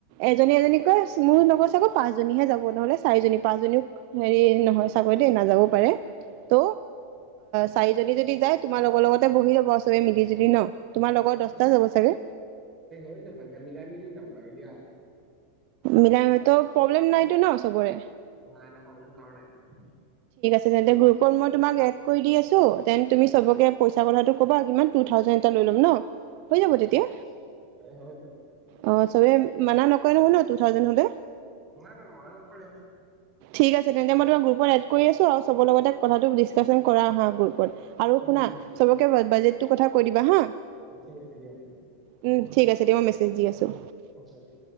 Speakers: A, on the right; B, on the right.
A: এজনী এজনীক মোৰ লগত চাগৌ পাঁচজনীহে যাব নহলে। চাৰিজনী পাঁচজনীক। হেৰি নহয় চাগৈ দেই নাযাবও পাৰে ত' চাৰিজনী যদি যায় তোমাৰ লগৰ লগতে বহি যাব আৰু চবে মিলি জুলি ন। তোমাৰ লগৰ
B: এটা
A: দহটা যাব চাগে?
B: হৈ যাব মিলাই মেলি জাম বাৰু দিয়া।
A: মিলাই মেলি তো প্ৰব্লেম নাইতো ন চবৰে।
B: নাই নহয় প্ৰাবলেম কাৰো নাই।
A: তেনেন্তে গ্ৰুপত মই তোমাক এড কৰি দি আছোঁ। দেন তুমি
B: অ
A: চবকে পইচা কথাটো। ক'ব কিমান টু থাউজেন এটা লৈ ল'ম ন। হৈ যাব
B: অ
A: তেতিয়া
B: অ এ হৈ যাব।
A: অ চবে মানা নকয় নহয় ন টু থাউজেন হলে।
B: নাই নাই মনা নপৰে
A: ঠিক আছে তেন্ত মই তোমাক। গ্ৰুপত এড কৰি আছো আৰু চবৰ লগ কথাটো ডিচকাচন কৰা আহা গ্ৰুপ। আৰু
B: উম
A: শুনা চবকে বাজিত। টো কথা কৈ দিবা হা।
B: উঠিক আছে দিয়া।
A: উম ঠিক আছে দিয়া মই দি আছোঁ।
B: অওকে <unintelligible>